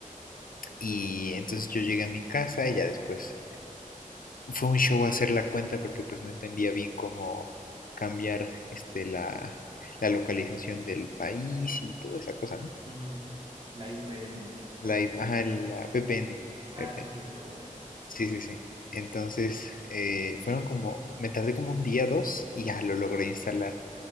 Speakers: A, on the left; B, on the right.
A: Y entonces yo llegué a mi casa y ya después fue un show hacer la cuenta porque pues no entendía bien cómo cambiar este, la, la localización del país y toda esa cosa, ¿no?
B: Mm, la IP, ¿no?
A: La, ajá, la VPN,
B: Ah,
A: VPN.
B: sí, cierto, VPN.
A: Sí, sí, sí. Entonces, eh, fueron como, me tardé como un día, dos, y ya lo logré instalar.